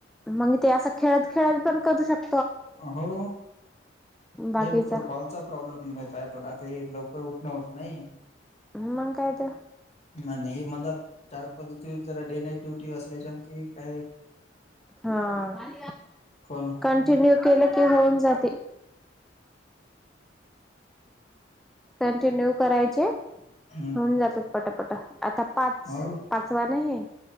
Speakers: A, in the centre; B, on the left (about 35°).
A: मग ते असं खेळत खेळत पण करू शकत.
B: हो
A: बाकीचा
B: हे बघतो कॉलचा. प्रॉब्लेम थोडा ते लवकर उठणं होत नाही.
A: मग कायत.
B: आणि हे म्हणजात चार पाच दिव जरा डे नाईट ड्युटी असल्याच्यान त काय.
A: हा
B: हम्म
A: कंटिन्यू केलं की होऊन जाते. कंटिन्यू करायचे.
B: हम्म
A: होऊन जातात पटपट आता पाच
B: हो
A: पाचवा नाही.